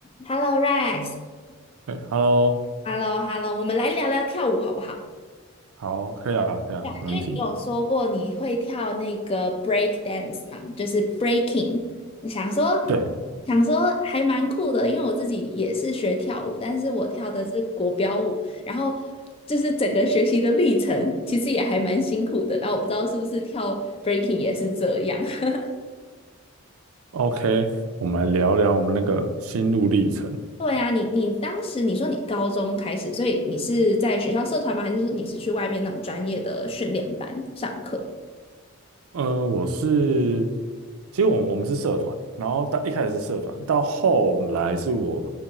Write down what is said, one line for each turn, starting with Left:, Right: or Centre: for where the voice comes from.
Left: Hello Rex，Hello
Right: 对 h e l l o
Left: Hello，我们来聊聊跳舞好不好？
Right: 好，可以啊，可以啊，
Left: 对啊因为你有说过你会跳那个
Right: 没问题。
Left: break dance 嘛，就是 breaking。你想说
Right: 对
Left: 想说还蛮酷的，因为我自己也是学跳舞，但是我跳的是国标舞，然后就是整个学习的历程其实也还蛮辛苦的。然后我不知道是不是跳 breaking 也是这样。<laughs>
Right: ，OK，我们来聊聊我们那个心路历程。
Left: 对啊，你你当时你说你高中开始，所以你是在学校社团吗？还是你是去外面那种专业的训练班上课，
Right: 嗯、我是，其实我我们是社团，然后到一开始是社团，到后来是我